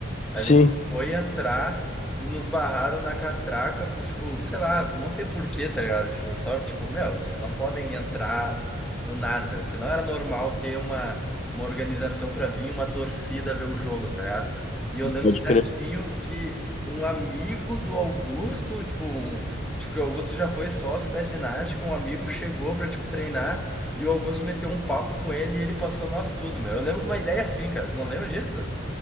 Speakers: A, in the centre; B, on the left (about 35°).
A: A gente
B: Sim,
A: foi entrar e nos barraram na catraca por, tipo, sei lá, não sei por quê, tá ligado? Tipo, só, tipo, meu, vocês não podem entrar do nada, tá ligado? Porque não era normal ter uma, uma organização pra vir uma torcida ver o jogo, tá ligado? E eu lembro
B: pode
A: certinho
B: crer.
A: que um amigo do Augusto, tipo, um, tipo, que o Augusto já foi sócio da ginástica, um amigo chegou pra, tipo, treinar e o Augusto meteu um papo com ele e ele passou nós tudo, meu. Eu lembro de uma ideia assim, cara. Tu não lembra disso?